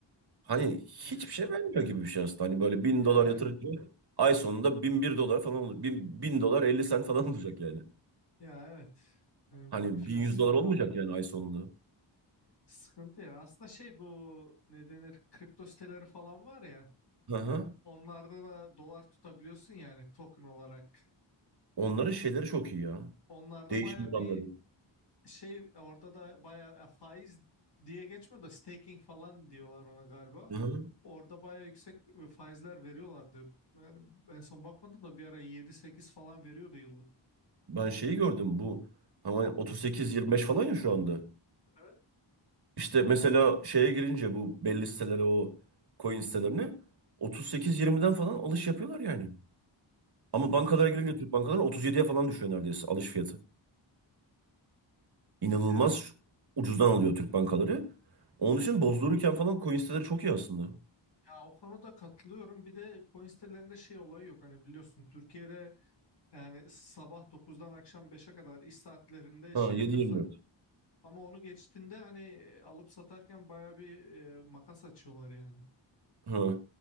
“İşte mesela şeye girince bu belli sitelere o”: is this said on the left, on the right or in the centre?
Right